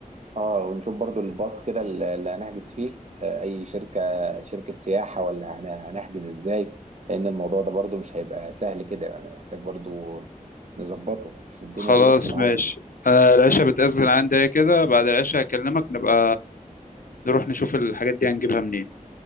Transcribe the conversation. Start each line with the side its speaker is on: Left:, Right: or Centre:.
Right: اه ونشوف برضه الباص كده اللي اللي هنحجز فيه آه، اي شركه شركه سياحه ولا هن- هنحجز ازاي لان الموضوع ده برضه مش هيبقى سهل كده يعني محتاج برضه نظبطه عشان الدنيا
Left: خلاص
Right: ما تبصش معانا
Left: ماشي آه العشاء بتأذن عندي كده بعد العشاء هكلمك نبقى نروح نشوف الحاجات دي هنجيبها منين